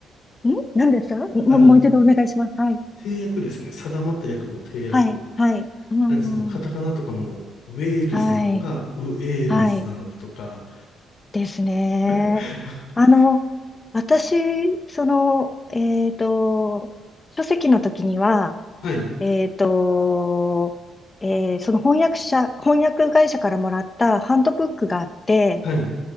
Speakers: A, on the left (about 25°); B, on the left (about 80°).
A: ん何ですかもう、
B: あの、
A: もう一度お願いします。はい。
B: 定訳ですね。定まった訳の定訳。
A: はい。はい。うん。
B: なんでそのカタカナとかもウェールズなのか、
A: はい。
B: ウエールズなのかとか。
A: はい。ですね。
B: <laughs>
A: あの、私、その、えっと、書籍の時には、
B: はい、
A: えっと、えーその翻訳者、翻訳会社からもらったハンドブックがあって、
B: はい、